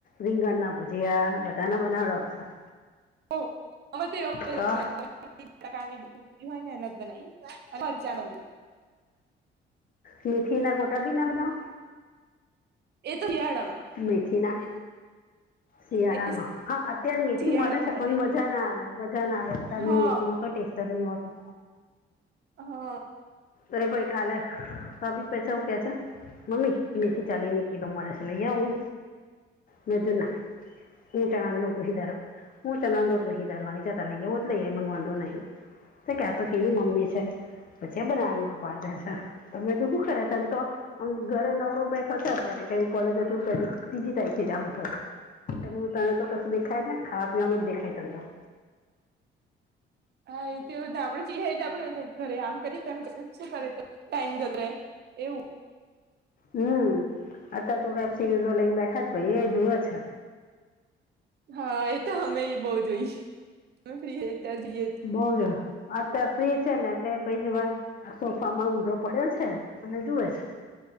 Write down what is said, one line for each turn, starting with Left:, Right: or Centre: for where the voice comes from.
Left: રીંગણના ભુજ્યા બધા બઘાના બનાવડાવ સે
Right: ઓ વ્યાપારી
Left: તો
Right: <unintelligible> પ્રકારની ડુંગળી હોય ને એને જ બનાવીએ અ મરચા નય
Left: મીથીી ના ગોટા ભી ના બનાઓ
Right: એ તો શિયાળા મા
Left: મેથી ના શિયાળામાં
Right: એ
Left: હા અત્યારે મેથી
Right: શિયાળામાં
Left: મળે છે
Right: બનાવીએ
Left: પણ મજા ના આવે મજા ના આવે તાર
Right: હા
Left: ની મેથીમાંઈ ટેસ્ટ જ નહી હોતો
Right: હ
Left: અરે ભાઈ કાલે ત બી પસા કે છે મમ્મી મેથી ચાલીને કિલો મારે છે લઈ આ આવું
Right: <inaudible>
Left: મે કયુ ના ઉ ચણાનું લુટ નયદરવા ની ચણાનું લુટ નય દરવાની તારે લઇ આઉ-' લઈ એ મને વાંધો નહીિ તો ક્યાતો કેવી મમ્મી છે. એ બના ના પાડે છે તમે હુ કરે તને તો મ ઘરે નવરો બેઠો છે અત્યારે ક કોલેજ હજુ ત્રીજી તારિખ થી ચાલુ થશે. તને તો કસ દેખાયત ને ખાવા પીવાનું જ દેખાયતને તો
Right: હા એ તો ને આપડે આપડ ઘરે આમ કરીશ તેમ શું કરે તો ટાઈમ જત્રે એવું
Left: હમ અત તો વેબ સિરીઝો લઈને બેઠા એ જુવે છે.
Right: હા એ તો અમે બહ જોઈએ અમે ફ્રીએ ત્યાંરે જઈએ જ
Left: બઉ જો અત્યારે ફ્રી છે ને એટલે પ સોફામાં ઊંધો પડ્યો છે અને જુએ છે.